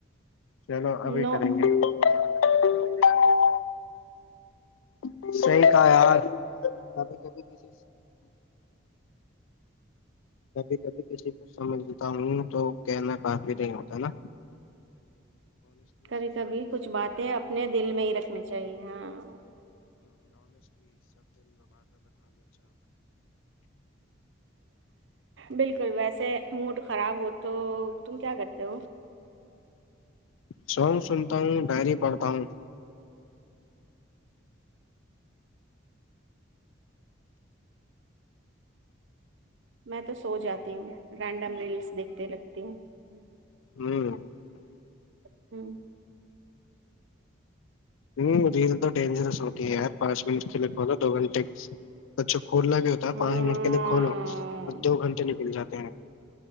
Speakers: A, on the left; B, on the right.
A: ایسے نہیں ہے ابھی
B: نو
A: کریں گے <unintelligible> <unintelligible> <unintelligible> <inaudible> <unintelligible> ملتا ہوں تو کہنا کافی نہیں ہوتا نا
B: کبھی کبھی کچھ باتیں اپنے دل میں ہی رکھنی چاہیے ہاں بالکل ویسے موڈ خراب تو تم کیا <unintelligible>
A: سونگ سنتا ہوں ڈائری پڑھتا ہوں
B: میں تو سو جاتی ہوں رینڈم ریلز بیتے رکھتی ہوں بس
A: <unintelligible>
B: <unintelligible>
A: <unintelligible> اچھا کھولنا بھی ہوتا ہے پانچ
B: ہاں
A: منٹ کے لیے کھولو دو گھنٹے نکل <unintelligible>